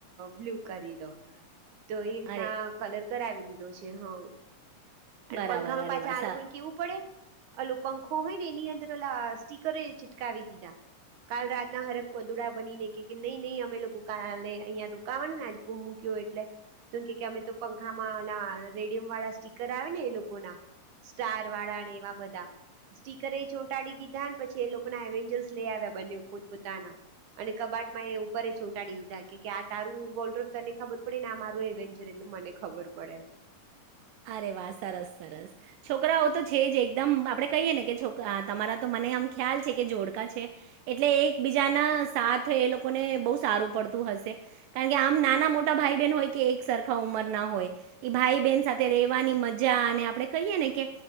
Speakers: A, on the right; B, on the right.
A: બ્લુ કરી દો તો એ રીતના
B: અરે
A: કલર કરાવી દીધો છે હ અને
B: બરાબર
A: પંખામાં
B: અરે
A: પાછા
B: વા
A: આ
B: સા
A: લોકોુને કેવું પડે અં હોય ને એની અંદર ઓ સ્ટીકરે છિટકાવી દીધા કાલ રાતના હરખ પડુડા બનીને કે કે નહી નહી અમે લોકો કાલે અહિયાં રોકાવા ને આજ કુંભ મૂક્યો એટલે તોમ કે અમે તો પંખામાં રેડિયમ વાળા સ્ટીકર આવે ને એ લોકો ના સ્ટાર વાળા ને એવા બધા સ્ટીકરે એ ચોંટાડી દીધા પછી એ લોકો ના એવેન્જર્સ લઈ આવ્યા બન્ને પોત પોતાના અને કબાટ મેં એ ઉપર ચૂંટાડી દીધા કે કે આ તારું વોર્ડ્રોબ તને ખબર પડે ને આ માંરું એડવેન્ચર એટલે મને ખબર પડ પડે
B: અરે વાહ સરસ સરસ છોકરાઓ તો છે જ એકદમ આપણે કહીયએ ને કે છોકરા તમારા તો મને મ ખ્યાલ છે કે જોડકા છે એટલે એક બીજા ના સાથ એ લોકોને બહ સારું પડતું હસે કારણ કે આમ નાના મોટા ભાઈ બહેન હોય કે એક સરખા ઉંમર ના હોય એ ભાઈ બહેન સાથે રેવાની મજા અને આપડણે કહીએ ને કે